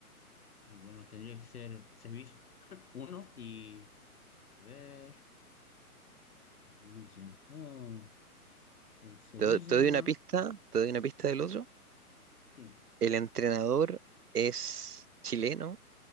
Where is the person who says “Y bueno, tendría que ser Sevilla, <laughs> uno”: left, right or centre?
Left